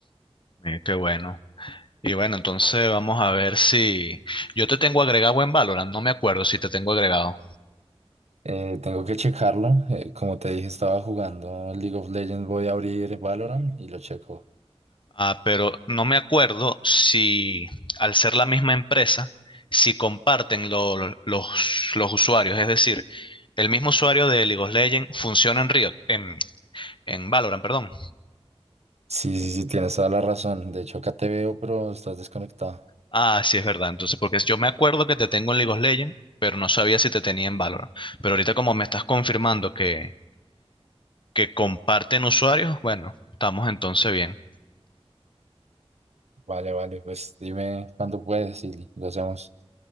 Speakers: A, on the left; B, on the right.
A: Eh, qué bueno. Y bueno, entonces vamos a ver si yo te tengo agregado en Valorant, no me acuerdo si te tengo agregado.
B: Eh, tengo que checarlo. eh, como te dije, estaba jugando League of Legends. Voy a abrir Valorant y lo checo.
A: Ah, pero no me acuerdo si al ser la misma empresa, si comparten lo- lo- los, los usuarios. Es decir, el mismo usuario de League of Legends funciona en Riot, en, en Valorant, perdón.
B: Sí, sí, sí, tienes toda la razón. De hecho, acá te veo, pero estás desconectado.
A: Ah, sí, es verdad. Entonces, porque yo me acuerdo que te tengo en League of Legends, pero no sabía si te tenía en Valorant. Pero ahorita como me estás confirmando que, que comparten usuarios, bueno, estamos entonces bien.
B: Vale, vale, pues dime cuándo puedes y lo hacemos.